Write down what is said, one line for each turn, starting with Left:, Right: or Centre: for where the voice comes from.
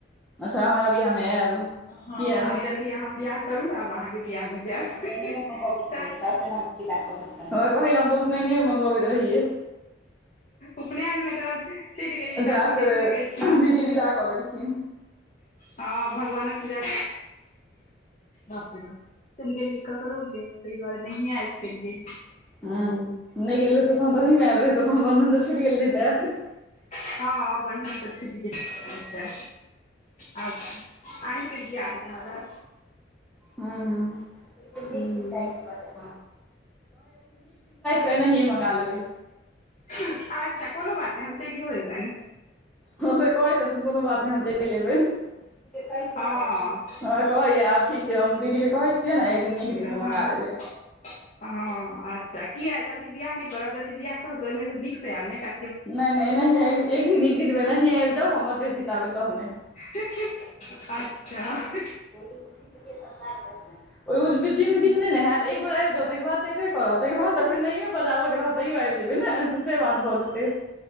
Centre: अच्छा! हमरा बिआाहमे आयब।
Left: हँ,
Centre: किया
Left: आब जल्दी अहाँ बिआह करू, आब अहाँके बियाहमे जायब
Centre: उपलयने मे भ गेल छलैय,
Left: चाची
Centre: साफ कहलिन <unintelligible> भक। कहहि तऽ अपने ने मंगबैत रहियै।
Left: उपनयनमे तऽ चलि गेलियै चाची,
Centre: जा से
Left: देखबे केलखिन।
Centre: दीदी विदा कऽ देलखिन
Left: हँ भगवानक पूजा! बापरे बा चलि गेललियऐ ककरोले, तहि दुारे नहि आय पेलियै।
Centre: ह, नहि गेल रहितौ तन तऽहीमे आयल रहैतो, तनन तऽ और छूटि गेल रही ते।
Left: हँ बधन त छुटि गेल रहितै। अआब अहींके बियाह मे अगर
Centre: हू- हू। न नीक
Left: हूँ।
Centre: दिन त मंगा लेबे।
Left: अचछा! कोनो बात नहि, हम चलियो एबैन।
Centre: ह से कहै छथिन, कोनो बात नहि, हम चलि अबैन। हमरा
Left: हँ
Centre: कहैया आब ठीक छै, हम दीदीके कहै छियैने, एक दिनमे मङँगा
Left: हँ।
Centre: लेबै।
Left: हँ, अच्छा! किया जल्दी बियाह नहि करब, जल्दी बियाह करब तऽ, ओहिमे नीकसँ आयब ने, चा
Centre: नहि -नहि नह आ एक दिन एक दिनमेहीं आ जाउ, हम म एते छी, ताबे तहने।
Left: <inaudible> अच्छा!
Centre: ओहिमे खुशी से के सतकार करतैन। ओहि उजबीजी
Left: हँ।
Centre: मे किछु नहि ने हयत, एक बेर आबि जाउ, तेकर बाद त एबे करब, तेकर बादऽ फेर नहियो बजाबऽके रहत तैयो आबि जेबै ने, से बात भऽ जेतै।